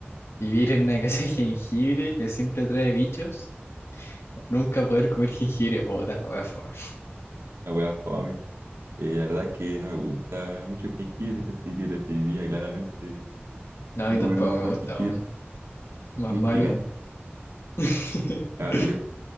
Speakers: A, on the left; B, on the right.
A: ¿Vivir en una casa de jengibre que siempre atrae bichos? ¿O nunca poder comer jengibre? Puta la wea, fome.
B: la wea fome. Eh, la verdad es que no me gusta mucho el jengibre, así que preferiría claramente
A: No, a
B: no
A: mí
B: comer
A: tampoco
B: nunca
A: me
B: más
A: gusta,
B: jengibre.
A: weón. Más
B: Muy
A: malo.
B: picante.
A: <laughs>
B: Ahora yo,